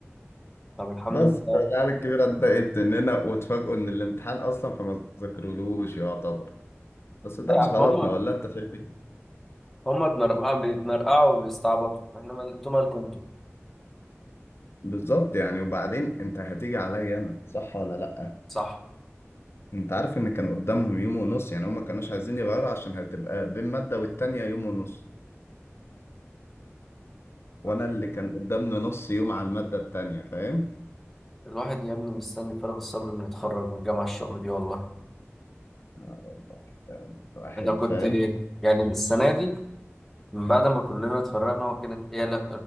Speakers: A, in the centre; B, on the left (about 55°).
A: طب الحمد
B: بس
A: لله
B: فالعيال
A: إيه
B: الكبيرة اتضايقت مننا واتفاجئوا إن الامتحان أصلا فما ذاكرولوش يعتبر بس ده
A: يا
B: مش
A: عم
B: غلطنا
A: هم
B: ولا أنت شايف إيه؟
A: هما اتنرقعوا بيتنرقعوا وبيستعبطوا احنا مال... انتوا مالكم انتوا
B: بالظبط يعني وبعدين أنت هتيجي عليا أنا صح ولا لأ؟
A: صح
B: انت عارف ان كان قدامهم يوم ونص يعني هما كانوش عايزين يغيروا عشان هتبقى بين مادة والتانية يوم ونص وانا
A: صح
B: اللي كان قدامنا نص يوم على المادة التانية فاهم
A: الواحد يا ابني مستني فارغ الصبر انه يتخرج من الجامعة الشؤم دي والله
B: آه، الواحد
A: انا كنت
B: فاهم
A: يعني من السنة دي من بعد ما كلنا اتفرقنا وكانت ايه ل-